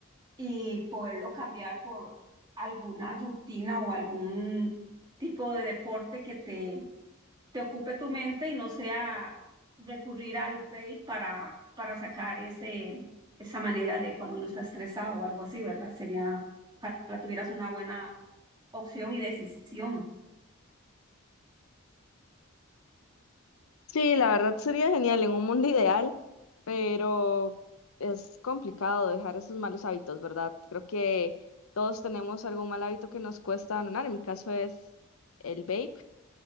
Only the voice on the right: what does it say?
y poderlo cambiar por alguna rutina o algún tipo de deporte que te te ocupe tu mente y no sea recurrir al pay para, para sacar ese, esa manera de cuando uno está estresado o algo así, ¿verdad? Sería, ojalá tuvieras una buena opción y decisión.